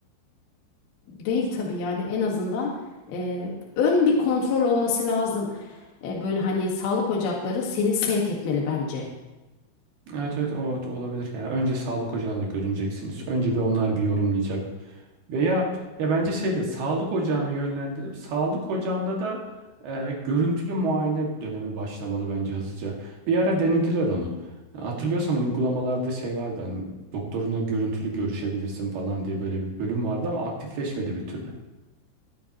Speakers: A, on the left; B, on the right.
A: değil tabii yani en azından e, ön bir kontrol olması lazım. E, böyle hani sağlık ocakları seni sevk etmeli bence.
B: Evet evet o, o olabilir. Yani önce sağlık ocağına görüneceksiniz. Önce bir onlar bir yorumlayacak. Veya ya bence şeyde sağlık ocağını yönlendirip sağlık ocağında da e, görüntülü muayene dönemi başlamalı bence hızlıca. Bir ara denediler onu. Hatırlıyorsan uygulamalarda şey vardı hani doktoruna görüntülü görüşebilirsin falan diye böyle bir bölüm vardı ama aktifleşmedi bir türlü.